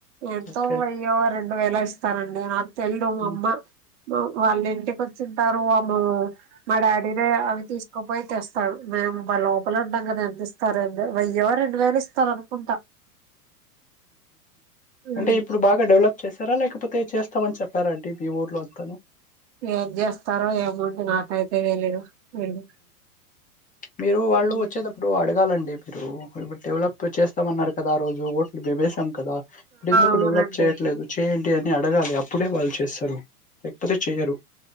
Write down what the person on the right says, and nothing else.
ఎంతో
వయ్య రెం ఏలా ఇస్తారండి నా తేలేదు అమ్మమ్మ
వాళ్ళ ఇంటికి వచ్చింటారు మా డాడీనే అవి తీసు తపోయితే ఇస్తాడు మేము లోపల అంటాం కదా ఎంత ఇస్తారు ఏందో వేయో రెండు వేలు ఇస్తారు అనుకుంటా ఉమ్,
ఏం చేస్తారో ఏమో అండి నాకైతే తెలీదు వీళ్ళు
ఆ
అవునండి